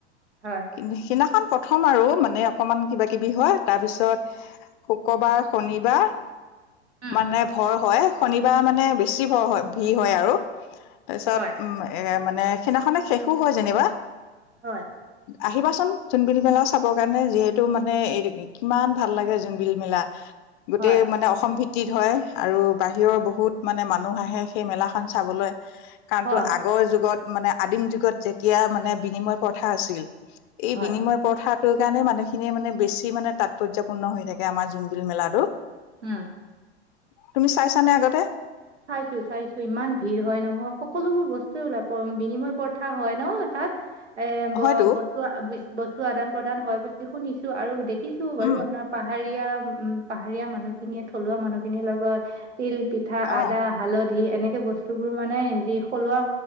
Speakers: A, on the right; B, on the left.
A: হয়
B: <unintelligible> সিদিনাখন প্ৰথম আৰু মানে অকমান কিবা কিবি হয়, তাৰপিছত শুক্ৰবাৰ, শনিবাৰ,
A: উম
B: মানে ভৰ হয়, শনিবাৰ মানে বেছি ভৰ হয়। ভি হয় আৰু। তাইছত
A: হয়
B: উম, এ মানে সেইদিনাখনে শেষো হয় যেনিবা।
A: হয়
B: আহিবাচোন। জোনবেলি মেলা চাবৰ কাৰণে যিহেতু মানে এ কিমান ভাল লাগে জোনবিল মেলা, গোটেই
A: হয়
B: মানে অসম ভিত তিত হয়। আৰু বাহিৰৰ বহুত মানে মানুহ আহে সেই মেলাখন চাবলৈ। কাণতো
A: হয়
B: আগৰ যুগত মানে আদিম যুগত যেতিয়া মানে বিনিময় প্ৰথা আছিল। এই
A: হয়
B: বিনিময় পৰ্থাটোৰ কাৰণে মানুহখিনিয়ে মানে বেছি মানে তাৎপৰ্যয়পূৰ্ণ হৈ থাক এয়া আমাৰ জোনবিল মেলাটো।
A: উম।
B: তুমি চাইছানে আগতে?
A: চাইছো, চাইছো ইমান ভিৰ হয় নহয় সকলোবোৰ বস্তুৱে ওলা বিনিময় পৰ্থা হয় ন তাত। এ, ব
B: হয়তো
A: বস্তু বস্তু আদান প্ৰদান হয় বুলি শুনিছো আৰু দেখ খিছো বাৰু
B: উম
A: আপোনাৰ পাহাৰীয়া উউ পাহাৰীয়া মানুহখিনিয়ে থলুৱা মানুহ খিনিৰ লগত তিল, পিঠা
B: অ
A: আদ হালধি এনেকে বস্তুবোৰ মানে হেৰি সলোৱা